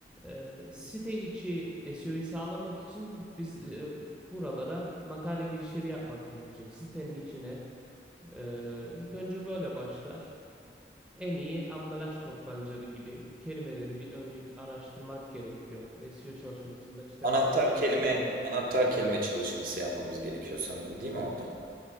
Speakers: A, in the centre; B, on the right.
A: e, site içi SEO'yu sağlamak için biz e, buralara makale girişleri yapmak gerekecek. Sitenin içine. E, ilk önce böyle başlar. En iyi ambalaj toptancıları gibi kelimeleri bir önceki araştırmak gerekiyor. SEO çalışmasında işte
B: Anahtar
A: bazı araçlar
B: kelime,
A: var.
B: anahtar kelime çalışması yapmamız gerekiyor sanırım, değil mi orada?